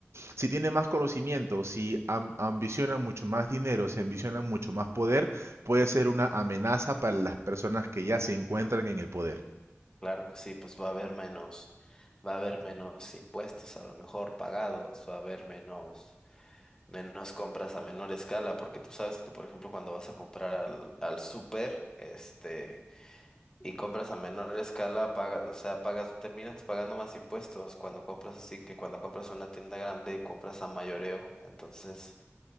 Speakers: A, on the right; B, on the left.
A: si tiene más conocimiento, si am- ambiciona mucho más dinero, si ambiciona mucho más poder, puede ser una amenaza para las personas que ya se encuentran en el poder.
B: Claro que sí, pues va a haber menos, va a haber menos impuestos a lo mejor pagados, va a haber menos menos compras a menor escala, porque tú sabes que, por ejemplo, cuando vas a comprar al, al súper, este, y compras a menor escala, pagas, o sea, pagas, terminas pagando más impuestos cuando compras así que cuando compras una tienda grande y compras a mayoreo. Entonces,